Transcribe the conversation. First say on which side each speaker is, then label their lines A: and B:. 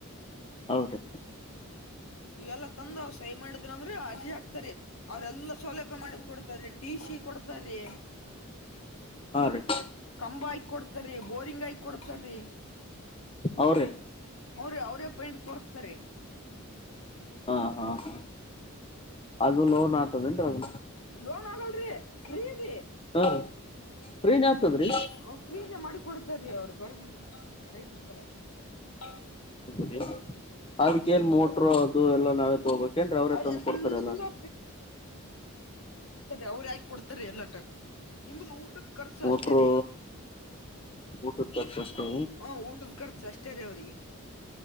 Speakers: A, on the left; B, on the left.
A: ಹೌದು
B: ಇವೆಲ್ಲಾ ತಂದು ಅವ್ ಸಹ ಮಾಡಿದ ದ್ರೆ ಅರ್ಜಿ ಹಾಕ್ತಾರಿ ಅವ್ರೆಲ್ಲಾ ಸೌಲಭ್ಯ ಮಾಡಕ್ ಕೊಡ್ತಾರ ಟಿ ಸಿ ಕೊಡ್ತಾರೀ
A: ಹಾ ರೀ
B: ಕಂಬ ಆ ಕೊಡ್ತಾರ್ರೀ ಬೋರಿಂಗ್ ಆ ಕೊಡ್ತಾರೀ
A: ಹ ರೀ
B: ಅವ್ರ ಅವ್ರೇ ಅ ಪಾಯಿಂಟ್ ತೋರ್ಸ್ತಾರೆ
A: ಹಾ ಹಾ ಹ ಅದು ಲೋನ್ ಆತದೇನ್ರ ಅದು
B: ಲೋನ್ ಆಗಲ್ರಿ ಫ್ರೀರಿ
A: ಹಾ ರೀ ಫ್ರೀನೇ ಆಗ್ತದ್ರಿ
B: ಹ ಕ್ರೀನ ಮಾಡಿ ಕೊಡತಾರೀ ಅವ್ರು ಗರಿ ಮುಂದ ರೈತನ್ ಸಲ ಹ
A: ಹ್ಮ ಅದಕ್ಕ ಏನ್ ಮೋಟ್ರೋ ಅದು ಎಲ್ಲಾ ನಾವೇತ್ ಹೋಗ್ಬೇಕ ಏನ್ ಅವ್ರೇ
B: ಅವ
A: ತಂದ
B: ಎಲ್ಲಾ
A: ಕೊಡ್ತಾರ ಎಲ್ಲಾನ
B: ಅವ್ರು ಹಾಕಿ ಕೊಡ್ತಾರೆ ಎಲ್ಲಾಟ ನಿಮ್ದ ಊಟ ಊಟದ ಖರ್ಚು
A: ಮೋಟ್ರು
B: ಅಷ್ಟೇ ರೀ
A: ಊಟದ ಖರ್ಚು ಅಷ್ಟೇ
B: ಹ ಊಟದ ಖರ್ಚು ಅಷ್ಟೇ ಷ್ಟರಿ ಅವರಿಗೆರಿಗೆ